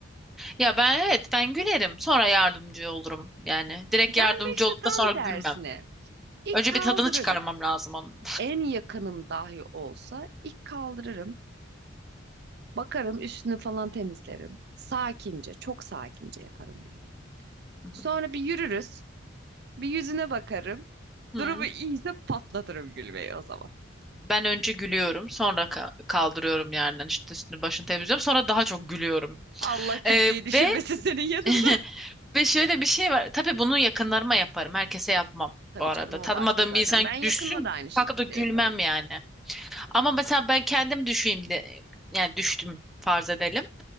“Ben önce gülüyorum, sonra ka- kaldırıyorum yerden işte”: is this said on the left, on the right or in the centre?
Centre